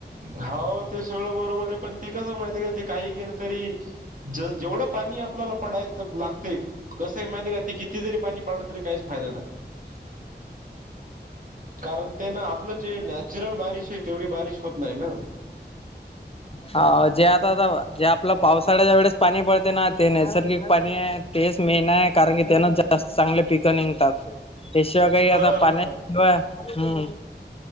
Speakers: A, on the right; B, on the left.
A: हाऊ ते सगळं बरोबरे पण ते कसंय माहितीये का, ते काही केलं तरी ज जेवढं पाणी आपल्याला पडायचं लागते कसं हाय माहितेय का, ती किती जरी पाणी पडलं, तरी काहीच फायदा नाय.
B: <inaudible>
A: कारण, ते ना आपलं जे नॅचरल बारिश है, तेवढी बारिश होत नाही ना?
B: हा, जे आता दावा, जे आपलं पावळ्याच्या वेळेस पाणी पडतंय ना, ते नैसर्गिक पाणी हाय, तेच मेन हाय, कारण की त्यांनच ज जास्त चांगले पिकं निकतात, त्याशिवाय काही आत्ता
A: हा
B: पाण्याशिवाय
A: हा
B: हुंम